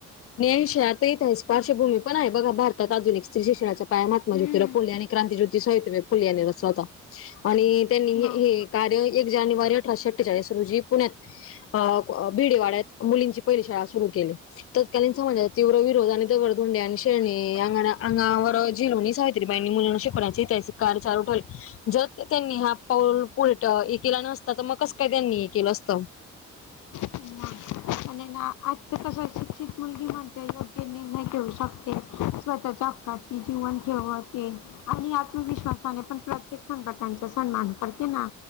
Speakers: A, on the left (about 50°); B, on the left (about 80°).
A: न्याय विषय आजही पार्शवभूमी पण आहे, बघा भारतात आधुिक स्त्री शिक्षणाच्या महात्मा
B: हम्म
A: ज्योतिराव फुले आणि क्रांती ज्योती सावित्रीबाई फुले यांनी रचला होता. आणि त्यांनी हे
B: मग
A: कार्य एक जानेवारी अठराशे- अठ्ठेचाळीस रोजी पुण्यात अ, बिडेवाड्यात मुलींची पहिली शाळा सुरु केली. तत्कालीन समाजात तीव्र विरोध आणि त्या दगड -धोंडे आणि शेरणींग अंगावर जिलवर्णीतं साहित्य तीबाणी म्हणून शिकवण्याचे त्याचे कार्य चालू ठेवले. जर त्यांनी हा पाऊल पुलट हे केला नसता, तर मग कसं काय त्यांनी हे केलं असतं.
B: मग आणि ना आजचं कसं शिक्षित मुलगी म्हणजे योग्य निर्णय घेऊ शकते स्वतःच्या काची जीवन ठेवावती. आणि आत्मविश्वासाने पण प्रत्येक संकटाचा सामना करते ना.